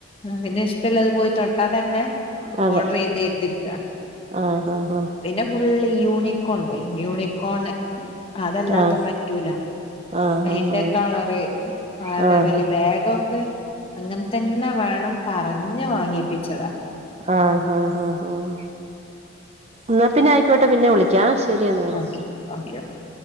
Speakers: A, on the left; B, on the right.
A: പിന്നെ ഇഷ്ടല്ലാതെ പോയി തൊട്ടാ തന്നെ
B: ഹാ അതെ
A: ഓഡ്രറെയ്ത്‌തിര്ക്കാ.
B: ആഹ് ഹാ
A: പിന്നെ ഫുള്ള് യൂണിക്കോൺണ്ടായ് യൂണികോണ് അതല്ലാത്ത
B: ഹാ ആഹ്
A: പറ്റൂല.
B: ആഹ്
A: അയ്ന്റെ
B: ഹാ
A: കളറ് ആലവല്‌
B: ഹാ ആഹ് ഹാ
A: ബാഗൊ ക്കെ അങ്ങൽത്തന്നെ വേണം പറഞ്ഞ് വാങ്ങിപ്പിച്ചതാ.
B: ആഹ് ആഹ് ആഹ് ആഹ്. ന്നാ പിന്നെ ആയിക്കോട്ടെ പിന്നെ വിളിക്കാ ശെരിയന്നാല്
A: ഓക്കെ ഓക്കെ ഓക്കെ